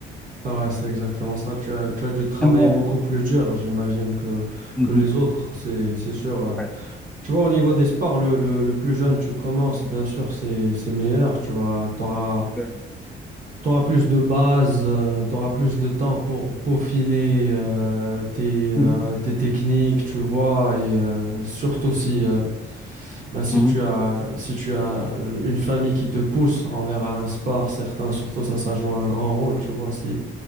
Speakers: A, on the right; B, in the centre.
A: Ouais, c'est exactement ça. Tu as, tu as dû travailler
B: Ah, voilà.
A: beaucoup plus dur, j'imagine, que,
B: Mhm.
A: que les autres. C'est, c'est sûr. euh,
B: Ouais,
A: Tu vois, au niveau des sports, le, le, le plus jeune tu commences, bien sûr, c'est, c'est meilleur. Tu vois, t'auras,
B: c'est clair.
A: t'auras plus de bases, euh, t'auras plus de temps pour peaufiner euh, tes, euh,
B: Mhm.
A: tes techniques, tu vois, et euh, surtout si, euh, ben, si
B: mhm,
A: tu as, si tu as une famille qui te pousse envers un sport certain, surtout ça, ça joue un grand rôle, tu vois. Si,